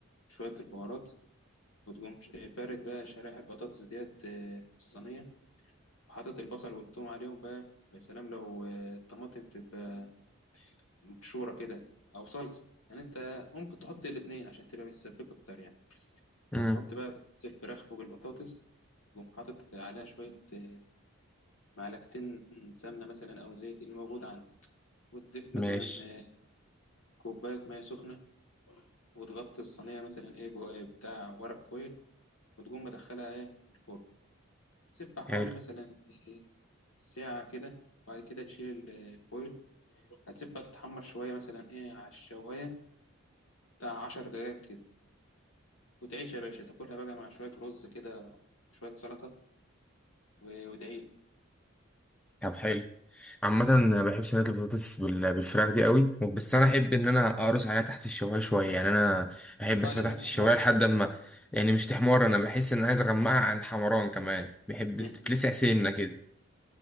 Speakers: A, on the left; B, in the centre.
A: وشوية البهارات وتقوم ش- آه، فارد بقى شرايح البطاطس ديت آه، في الصينية وحاطط البصل والثوم عليهم بقى ويا سلام لو آه، الطماطم تبقى مبشورة كده أو صلصة يعني أنت ممكن تحط الاتنين عشان تبقى متسبكة أكتر يعني
B: مم.
A: وتحط بقى الفراخ فوق البطاطس وتقوم حاطط عليها شوية آه، معلقتين سمنة مثلا أو زيت اللي موجود عندك وتضيف
B: ماشي
A: مثلا آه، كوباية مية سخنة وتغطي الصينية مثلا إيه بو- إيه، بتاع ورق فويل وتقوم مدخلها إيه الفرن تسيبها حوالي
B: حلو
A: مثلا آه، ساعة كده وبعد كده تشيل الفويل هتسيبها تتحمر شوية مثلا إيه على الشواية بتاع عشر دقايق كده وتعيش يا باشا تاكلها بقى مع شوية رز كده شوية سلطة و- وادعيلي
B: طب حلو عامة أنا بحب صينية البطاطس بال- بالفراخ دي قوي بس أنا أحب إن أنا أقرص عليها تحت الشواية شوية يعني أنا أحب
A: اه
B: أسيبها
A: لازم
B: تحت
A: تحمر
B: الشواية لحد
A: شوية
B: أما يعني مش تحمر أنا بحس إن أنا عايز أغمقها عن حمران كمان بحب
A: <laughs>
B: تتلسع سنة كده